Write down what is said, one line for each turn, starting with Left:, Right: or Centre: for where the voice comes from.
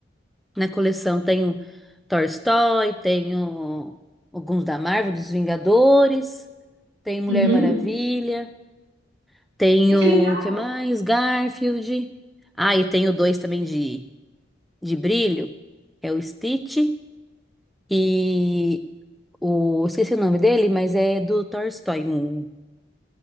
Centre: na coleção. Tenho Toy Story, tenho alguns da Marvel, dos Vingadores, tenho Mulher
Right: Uhum.
Centre: Maravilha, tenho,
Right: Ai, que legal.
Centre: o que mais? Garfield. Ah, e tenho dois também de, de brilho. É o Stitch e o... Esqueci o nome dele, mas é do Toy Story 1.